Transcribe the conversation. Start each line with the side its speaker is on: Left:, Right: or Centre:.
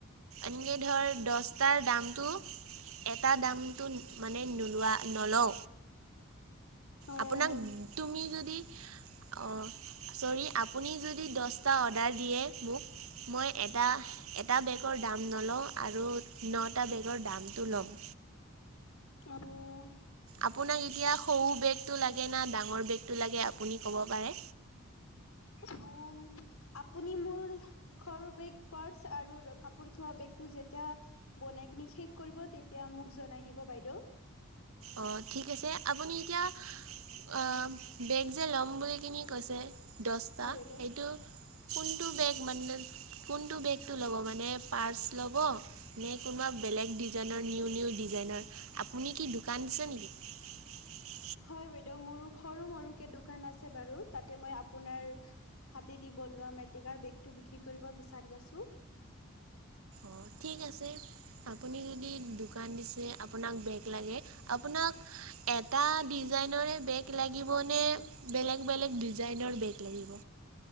Right: এনেকৈ ধৰ দহটাৰ দামটো এটাৰ দামটো মানে নোলোৱা নলওঁ।
Left: অ',
Right: আপোনাক তুমি যদি ছৰি আপুনি যদি দহটা অৰ্ডাৰ দিয়ে মোক মই এটা এটা বেগৰ দাম নলওঁ আৰু নটা বেগৰ দামটো ল'ম।
Left: আবৌ <unintelligible>
Right: আপোনাক এতিয়া সৰু বেগটো লাগে না ডাঙৰ বেগটো লাগে আপুনি ক'ব পাৰে?
Left: অ', আপুনি মোৰ সৰু বেগ পৰচ আৰু কাপোৰ থোৱা বেগটো‌ যেতিয়া বনাই কিনে ঠিক কৰিব তেতিয়া মোক জনাই দিব বাইদেউ।
Right: অ ঠিক আছে আপুনি এতিয়া অ বেগ যে ল'ম বুলি কিনি কৈছে। দহটা
Left: হয় বাইদেউ।
Right: এইটো কোনটো বেগ মানে কোনটো বেগটো ল'ব মানে পাৰ্চ ল'ব নে কোনোবা বেলেগ ডিজাইনৰ নিউ নিউ ডিজাইনৰ আপুনি কি কাঞ্চন <inaudible>
Left: হয় বাইদেউ মোৰ সৰু মৰুকে দোকান আছে বাৰু তাতে মই আপোনাৰ হাতেদি বনাৱো <unintelligible> বেগটো বিক্ৰী কৰিব বিচাৰি আছোঁ।
Right: অঁ ঠিক আছে আপুনি যদি দোকান দিছে আপোনাক বেগ লাগে আপোনাক এটা ডিজাইনৰে বেগ লাগিব নে বেলেগ বেলেগ ডিজাইনৰ বেগ লাগিব?